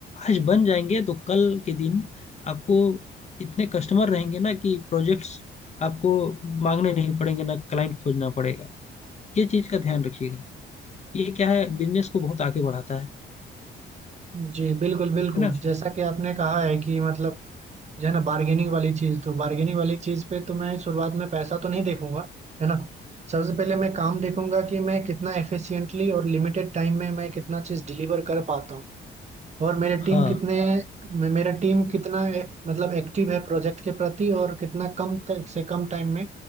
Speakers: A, on the left; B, on the right.
A: आज बन जाएंगे तो कल के दिन आपको इतने कस्टमर रहेंगे ना कि प्रोजेक्ट्स आपको मांगने नहीं पड़ेंगे ना क्लाइंट खोजना पड़ेगा ये चीज का ध्यान रखिएगा ये क्या है बिजनेस को बहुत आगे बढ़ाता है
B: जी बिल्कुल बिल्कुल
A: है ना
B: जैसा कि आपने कहा है कि मतलब जो है ना बार्गेनिंग वाली चीज तो बार्गेनिंग वाली चीज पे तो मैं शुरुआत में पैसा तो नहीं देखूंगा है ना सबसे पहले
A: जी
B: मैं काम देखूंगा कि मैं कितना एफिशिएंटली और लिमिटेड टाइम में मैं कितना चीज डिलीवर कर पाता हूँ और मेरे टीम
A: हाँ
B: कितने मे- मेरा टीम कितना ए, मतलब एक्टिव है प्रोजेक्ट के प्रति और कितना कम ट- से कम टाइम में